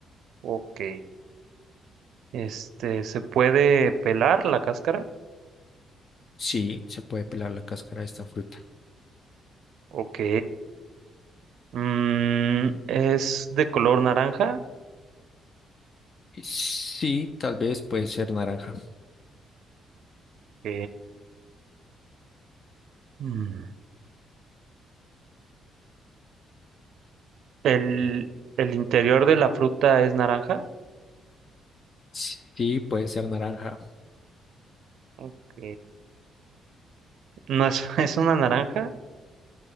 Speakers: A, on the right; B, on the left.
A: Ok, este, ¿se puede pelar la cáscara?
B: Sí, se puede pelar la cáscara de esta fruta.
A: Ok, mm, ¿es de color naranja?
B: Sí, tal vez puede ser naranja.
A: Ok, mm, ¿el, el interior de la fruta es naranja?
B: Sí, puede ser naranja.
A: Ok, ¿no es, <laughs> es una naranja?